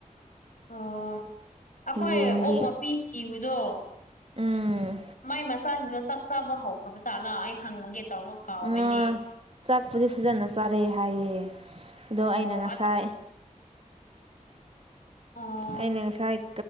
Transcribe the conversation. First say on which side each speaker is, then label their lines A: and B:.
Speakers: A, on the left (about 75°); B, on the right (about 50°).
A: ꯑꯣ ꯑꯩꯈꯣꯏ
B: ꯌꯦꯟꯒꯤ
A: ꯑꯣꯛ ꯃꯄꯤ ꯁꯤꯕꯗꯣ
B: ꯎꯝ
A: ꯃꯥꯏ ꯃꯆꯥꯁꯤꯡꯗꯣ ꯆꯥꯛ ꯆꯥꯕ ꯍꯧꯈ꯭ꯔꯕꯖꯥꯠꯂꯥ ꯑꯩ ꯍꯪꯉꯨꯒꯦ ꯇꯧꯔꯒ ꯀꯥꯎꯋꯦꯅꯦ
B: ꯉꯥ ꯆꯥꯛꯄꯨꯗꯤ ꯐꯖꯅ ꯆꯥꯔꯦ ꯍꯥꯏꯌꯦ ꯑꯗꯣ
A: ꯑꯣ
B: ꯑꯩꯅ ꯉꯁꯥꯏ
A: ꯑꯠ ꯑꯣ
B: ꯑꯩꯅ ꯉꯁꯥꯏ